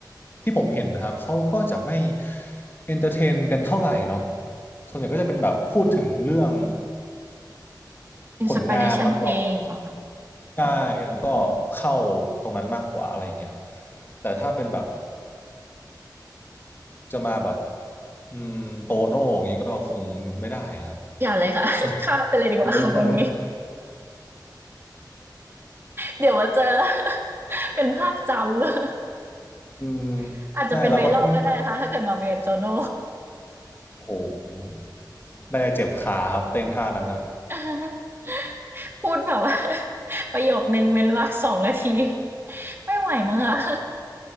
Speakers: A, on the left; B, on the right.
A: ที่ผมเห็นนะครับเขาก็จะไม่เอนเตอร์เทนกันเท่าไหร่เนาะส่วนใหญ่ก็จะเป็นแบบพูดถึงเรื่อง
B: อินสปิเรชันเพลงเหรอครับ
A: ผลงานแล้วก็ ใช่แล้วก็เข้าตรงนั้นมากกว่าอะไรเงี้ยแต่ถ้าเป็นแบบจะมาแบบอืมโตโน่อย่างนี้ก็คงไม่ได้ครับ
B: อย่าเลยค่ะ <laughs>
A: เว้ย
B: ข้ามไปเลยดีกว่า
A: <laughs> ผมันเรืองแล้
B: <laughs> ค่ะคนนี้ เดี๋ยวมาเจอ <laughs> เป็นภาพจำ
A: อืม
B: <laughs> อาจจะเป็น
A: ใช่เราก็ต้องแบบ
B: v วรัล a l ก็ได้นะคะ ถ้าเกิดมาเวียโตโน่
A: โอ้โหได้เจ็บขาครับเต้นท่านั้นนะ
B: <laughs> พูดแบบว่า <laughs> ประโยคนึงเว้นวรรคสองนาที <laughs> ไม่ไหวมั้งคะ <laughs>